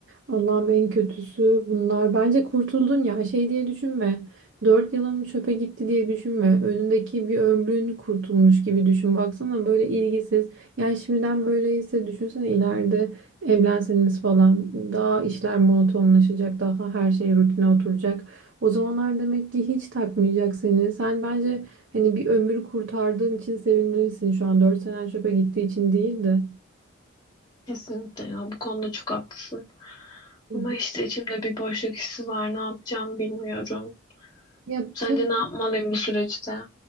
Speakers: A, on the right (about 65°); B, on the left (about 20°).
A: Allah'ım en kötüsü bunlar bence kurtuldun ya şey diye düşünme dört yılım çöpe gitti diye düşünme önündeki bir ömrün kurtulmuş gibi düşün baksana böyle ilgisiz yani şimdiden böyleyse düşünsene ileride evlenseniz falan daha işler monotonlaşacak daha her şey rutine oturacak o zamanlar demek ki hiç takmayacak seni sen bence Hani bir ömür kurtardığın için sevinmelisin. Şu an 4 senen çöpe gittiği için değil de.
B: Kesinlikle ya bu konuda çok haklısın.
A: Hı
B: Ama
A: hı.
B: işte içimde bir boşluk hissi var. Ne yapacağım bilmiyorum.
A: Ya
B: Sence
A: tabii.
B: ne yapmalıyım bu süreçte?